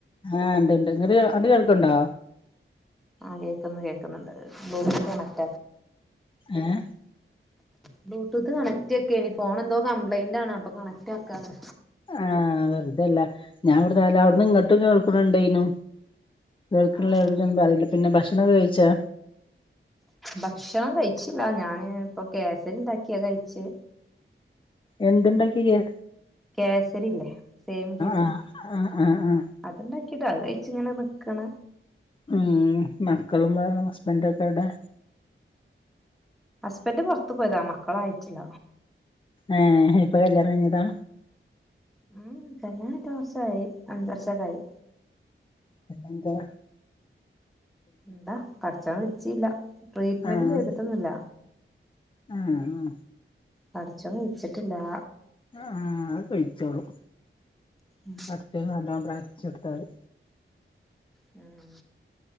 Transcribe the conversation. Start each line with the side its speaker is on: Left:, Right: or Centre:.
Left: ആഹ് ഇന്ന്ട്ട് അങ്ങ്ട് കേൾക്ക്ണ്ടോ
Centre: ആഹ് കേക്ക്ന്ന് കേക്ക്ന്ന്ണ്ട് ളൂ <unintelligible>
Left: ഏഹ്
Centre: ബ്ലൂട്ടൂത് കണക്റ്റെക്കെന്നു ഫോണെന്തോ കബ്ലൈന്റാണ് അപ്പൊ കണക്റ്റാക്കാണ്
Left: ആഹ് വേർതല്ല ഞാവ്ടെ തായാലും അവ്ട്ന്ന് ഇങ്ങ്ട്ട് കേൾക്ക്ണ് ണ്ടേനു കേൾക്ക്ണിലെ
Centre: ആഹ്
Left: പിന്നൊന്നു പറീല പിന്നെ ഭഷ് ഭക്ഷണം ഴിചാ
Centre: ഭക്ഷണം കഴിച്ചില്ല ഞാന് പൊ കേസ്സരിണ്ടാക്കി അത് കഴിച്ച്
Left: എന്ത്ണ്ടാക്കി ഇയ്യ്
Centre: കേസ്സരി ഇല്ലെ സേമി കേസ്സരി
Left: ആഹ് ആഹ് ആഹ് ആഹ്
Centre: ട്ട് അത് കഴിച്ച്ങ്ങനെ നിക്കാണ്
Left: ഉം മക്കളും വാ ഹസ്ബന്റൊ ക്കെവ്ടെ
Centre: ഹസ്ബന്റ് പൊർത് പോയതാ മക്കളായിറ്റില്ല
Left: ആഹ് ഇപൊ കല്യാണം കഴിഞ്ഞതാ
Centre: ഉം കല്യാണം കഴിഞ്ഞിട്ട് വർഷായി അഞ്ച് വർഷൊക്കായി
Left: പിന്നെന്താ
Centre: ന്താ പടച്ചോൻ വിധിച്ചീല ട്രീറ്റ്‌മെന്റ്
Left: ആഹ്
Centre: ചെയ്തിട്ടൊന്നുല്ല
Left: ആഹ്
Centre: പടച്ചോൻ വിധിച്ചിട്ടില്ലാ
Left: ആഹ് അതൊകെ വിധിച്ചോളും
Centre: ഉം
Left: പടച്ചോൻ നല്ലോം പ്രാർ ചൊട്താല്
Centre: ഉം